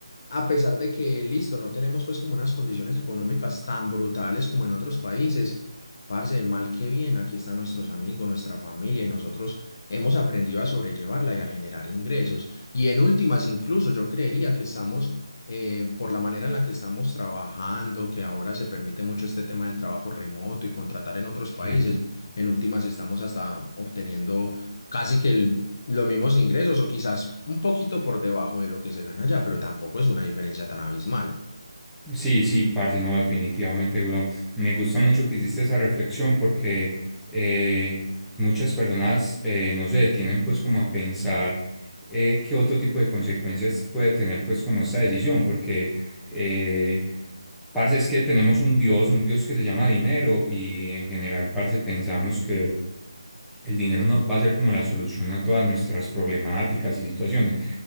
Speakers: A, on the left; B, in the centre.
A: a pesar de que, listo, no tenemos pues como unas condiciones económicas tan brutales como en otros países, parce, mal que bien, aquí están nuestros amigos, nuestra familia y nosotros hemos aprendido a sobrellevarla y a generar ingresos. Y en últimas, incluso yo creería que estamos, eh, por la manera en la que estamos trabajando, que ahora se permite mucho este tema del trabajo remoto y contratar en otros países,
B: Sí.
A: en últimas estamos hasta obteniendo casi que el- los mismos ingresos o quizás un poquito por debajo de lo que se gana allá, pero tampoco es una diferencia tan abismal.
B: Sí, sí, parce, no, definitivamente, weón. Me gusta mucho que hiciste esa reflexión porque eh, muchas personas eh, no se detienen pues como a pensar eh, qué otro tipo de consecuencias puede tener pues como esta decisión, porque eh, parce es que tenemos un Dios, un Dios que se llama dinero y en general, parce, pensamos que El dinero no va a ser como la solución a todas nuestras problemáticas y situaciones.